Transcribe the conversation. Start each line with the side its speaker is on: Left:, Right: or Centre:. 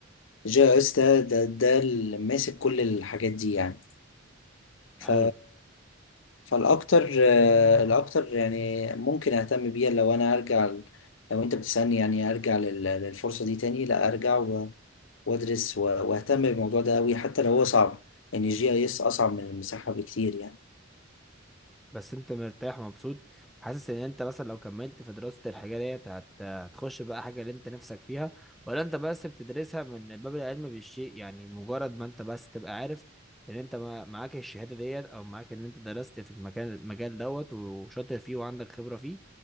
Left: جي اي اس ده ده ده اللي ماسك كل الحاجات دي يعني ف
Centre: حلو
Left: فالاكتر آه، الاكتر يعني ممكن اهتم بيها لو انا ارجع ل- لو انت بتسألني يعني ارجع لل- للفرصة دي تاني لا ارجع و- وادرس و- واهتم بالموضوع ده قوي حتى لو هو صعب يعني جي اي اس اصعب من المساحة بكتير يعني
Centre: بس انت مرتاح ومبسوط حاسس ان انت مثلا لو كملت في دراسة الحاجة ديت هت... هتخش بقى حاجة اللي انت نفسك فيها ولا انت بس بتدرسها من باب العلم بالشيء يعني مجرد ما انت بس تبقى عارف ان انت ما- معاك الشهادة ديت او معاك ان انت درست في المكان المجال دوت وشاطر فيه وعندك خبرة فيه